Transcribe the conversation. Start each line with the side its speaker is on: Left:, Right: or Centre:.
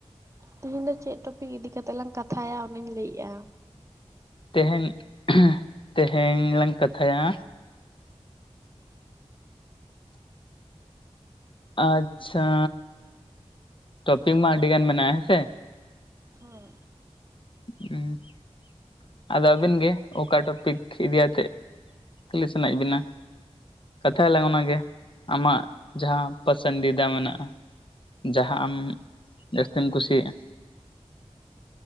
Right: ᱛᱤᱦᱤᱧ ᱫᱚ ᱪᱮᱫ ᱴᱚᱯᱤᱠ ᱤᱫᱤ ᱠᱟᱛᱮᱫ ᱞᱟᱝ ᱠᱟᱛᱷᱟᱭᱟ ᱚᱱᱟᱧ ᱞᱟᱹᱭᱮᱜᱼᱟ
Left: ᱛᱮᱦᱮᱧ, ᱛᱮᱦᱮᱧ ᱞᱟᱝ ᱠᱟᱛᱷᱟᱭᱟ ᱟᱪᱪᱷᱟ ᱴᱚᱯᱤᱠ ᱢᱟ ᱟᱹᱰᱤ ᱜᱟᱱ ᱢᱮᱱᱟᱜᱼᱟ ᱦᱮᱸ ᱥᱮ
Right: ᱦᱩᱸ
Left: <inaudible> ᱟᱫᱚ ᱟᱵᱤᱱ ᱜᱮ ᱚᱠᱟ ᱴᱚᱯᱤᱠ ᱤᱫᱤ ᱟᱛᱮᱫ ᱠᱩᱞᱤ ᱥᱟᱱᱟᱭᱮᱫ ᱵᱤᱱᱟ? ᱠᱟᱛᱷᱟᱞᱟᱝ ᱚᱱᱟᱜ ᱜᱮ ᱟᱢᱟᱜ ᱡᱟᱦᱟᱸ ᱯᱟᱥᱟᱱᱫᱤᱫᱟ ᱢᱮᱱᱟᱜᱼᱟ᱾ ᱡᱟᱦᱟᱸ ᱟᱢ ᱡᱟᱹᱥᱛᱤᱢ ᱠᱩᱥᱤᱭᱟᱜᱼᱟ᱾